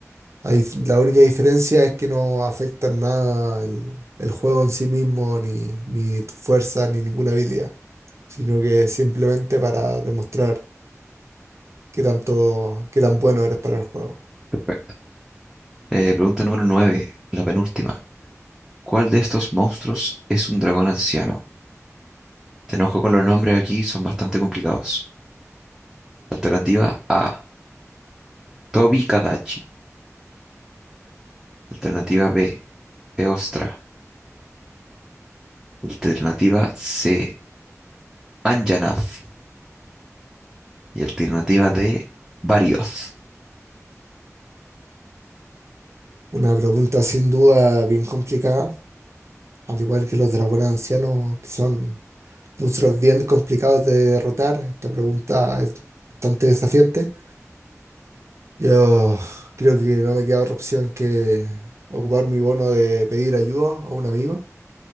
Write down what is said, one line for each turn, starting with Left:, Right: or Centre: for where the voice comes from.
Right: Ahí f- la única diferencia es que no afecta en nada el, el juego en sí mismo, ni, ni tu fuerza, ni ninguna habilidad, sino que es simplemente para demostrar qué tanto, qué tan bueno eres para el juego.
Centre: Perfecto. Eh, pregunta número 9, la penúltima. ¿Cuál de estos monstruos es un dragón anciano? Te enojo con los nombres aquí, son bastante complicados. Alternativa A, Tobi Kadachi. Alternativa B, Eostra. Alternativa C, Anjanath. Y alternativa D, Barioth.
Right: Una pregunta sin duda bien complicada, al igual que los dragones ancianos, que son monstruos bien complicados de derrotar. Esta pregunta es bastante desafiante. Yo creo que no me queda otra opción que ocupar mi bono de pedir ayuda a un amigo.